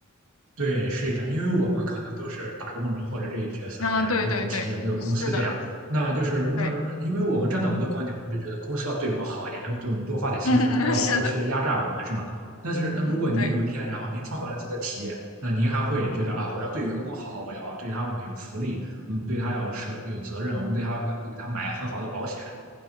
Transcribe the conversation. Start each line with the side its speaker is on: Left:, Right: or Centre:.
Right: 对，是的，因为我们可能都是打工人或者这一角色，
Left: 嗯，
Right: 也没有企业，
Left: 对对对，
Right: 没有公司这样。
Left: 是的，
Right: 那就是那，
Left: 对，
Right: 因为我们站在我们的观点，我们就觉得公司要对我们好一点，要对我们多发点薪水，
Left: <laughs> 嗯嗯，
Right: 不要剥削压榨我们，
Left: 是的，
Right: 是吗？但是，那如果您有一天，
Left: 嗯对。
Right: 然后您创办了自己的企业，那您还会觉得啊，我要对员工好，我要对他们有福利，我们对他要是有责任，我们对他要要给他买很好的保险，